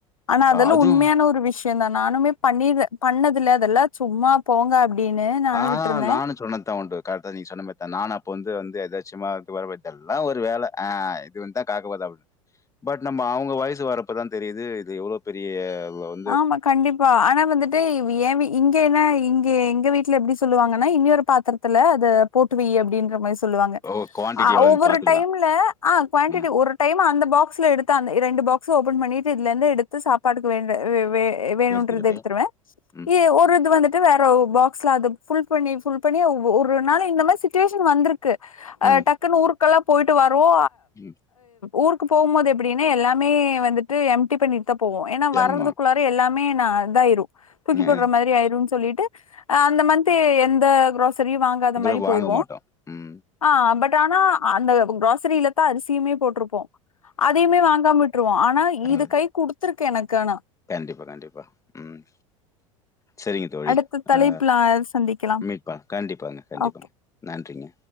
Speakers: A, on the left; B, on the left.
A: ஆனா அதெல்லா
B: அஹ் அதுவும்
A: உண்மையான ஒரு விஷ்யோ தா நானுமே பண்ணிது பண்ணதில்ல அதெல்லா சும்மா போங்க. அப்டின்னு நானு
B: ஆ
A: விட்ருந்தே
B: நானு சொன்னத்தா உண்டு கரெக்ட்டா நீங்க சொன்ன மாரி தா நானு அப்ப வந்து வந்து எதாச்சி சும்மா இருந்து வரர்தெல்லா ஒரு வேல ஆ இது வந்தா காக்க போது அப்டின் பட் நம்ப அவுங்க வயசு வர்ரப்பதா தெரியுது இது எவ்ளோ பெரிய அளவுக்
A: ஆமா கண்டிப்பா ஆனா வந்துட்டு இவ்வி எயாவி இங்க என்ன இங்க எங்க வீட்ல எப்டி சொல்லுவாங்கன்னா இன்னியொரு பாத்துரத்துல அத போட்டு வெய்யி அப்டின்ற மாரி. சொல்லுவாங்க
B: ஓ குவான்டிட்டி
A: ஆ
B: எவ்வளோன்னு
A: ஒவ்வொரு
B: பாத்துக்கலாம்.
A: டைம்ல ஆ குவாண்டிட்டி
B: ம்.
A: ஓர் டைம் அந்த பாக்ஸ்ல எடுத்து அந்த ரெண்டு பாக்ஸ்சு ஓபன் பண்ணிட்டு இதுலேந்து எடுத்து சாப்பாடுக்கு வேண்ட வே வே வேணுன்றத
B: சேர்த்துக்கிட்டு
A: எடுத்துருவே
B: ம்
A: ஏ ஒரு இது வந்துட் வேற ஒரு பாக்ஸ்ல அத ஃபுல் பண்ணி ஃபுல் பண்ணி ஒவ் ஒரு நாள் இந்த மாரி சுச்சுவேஷன் வந்துருக் க்கு ஆ
B: ம்,
A: டக்குன்னு ஊருக்கெல்லா போயிட்டு வரவு
B: ம்.
A: ஊருக்கு போவும்மோது எப்டின்னு எல்லாமே வந்துட்டு எம்டி பண்ணிட்டு தா போவோ ஏன்னா வர்றதுக்குள்ளாற.
B: ஆமா
A: வந்து எல்லாமே நா இதாயிரு தூக்கி
B: ம்,
A: போட்ற மாரி ஆயிரும் சொல்லிட்டு. ஆ அந்த மந்த்து எந்த கிராசரியு வாங்காத
B: குரூப்
A: மாரி போயிருவோ
B: வாங்க மாட்டோம் ம்
A: ஆ பட் ஆனா அந்த கிராசரியில தா அரிசியுமே போட்டிருப்போ அதையுமே வாங்காம. விட்ருவோ ஆனா
B: அது
A: இது கை குடுத்துருக்க எனக்கு ஆனா.
B: கண்டிப்பா கண்டிப்பா ம் சேரிங்க தோழி
A: அடுத்த தலைப்புல
B: ஆ
A: சந்திக்கலாம்
B: மீட்பா கண்டிப்பாங்க கண்டிப்பாங்க
A: ஓகே
B: நன்றிங்க.